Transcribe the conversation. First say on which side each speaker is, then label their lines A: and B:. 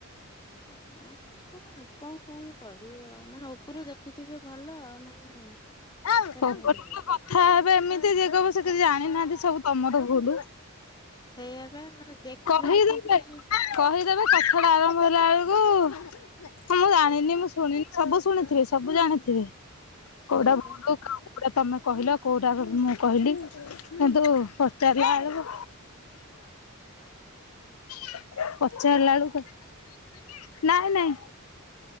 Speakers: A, on the left (about 20°); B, on the left (about 75°).
A: <inaudible> କୋଳ ଲୋକଙ୍କୁ କଣ କହିବ ମାନେ ଉପରୁ ଦେଖୁଥିବେ ଭଲ ମାନେ
B: <unintelligible>
A: ଭିତରେ ଭାରି ଇଏ।
B: କଥା ହେବେ ଏମିତି ଯେ କହିବ ସେ କିଛି ଜାଣିନାହାନ୍ତି ସବୁ ତମର ଭୁଲ।
A: ସେୟାବା ମାନେ ଦେଖିବାକୁ
B: କହିଦେବେ
A: ବି
B: କହିଦେବେ କଥା ଟା ଆରମ୍ଭ ହେଲା ବେଳକୁ ମୁଁ ଜାଣିନି ମୁଁ ଶୁଣିନୁ ସବୁ ଶୁଣିଥିବେ ସବୁ ଜାଣିଥିବେ
A: ସେଇପା।
B: କୋଉଟା <inaudible> କୋଉଟା ତମେ କହିଲ କୋଉଟା ର ମୁଁ କହିଲି ହେଟୁ ପଚାରିଲା ଆଳକୁ <inaudible> ପଚାରଲା ବେଳକୁ ନାଇଁ ନାଇଁ